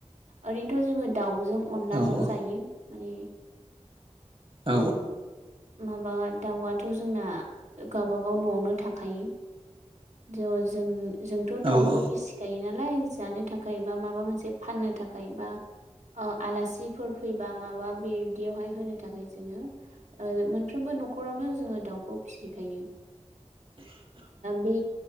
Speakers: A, on the right; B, on the right.
A: ओरैनोथ' जोङो दाउजों अनलाजों
B: औ
A: जायो मान
B: औ
A: माबा दाउआथ' जोंना गावबागाव न'आवनो थाख खायो ज' जों जोंथ' दाउखौ
B: औ औ
A: फिसिखायोनाल नालाय जानो थाखाय बा माबा मोनसे फाननो थाखाय बा आलासिफोर फैबा माबा बिदियावहाय होनो थाखाय जोङो मोनफ्रोमबो न न'खरावनो जोङो दाउखौ फिसिखायो बे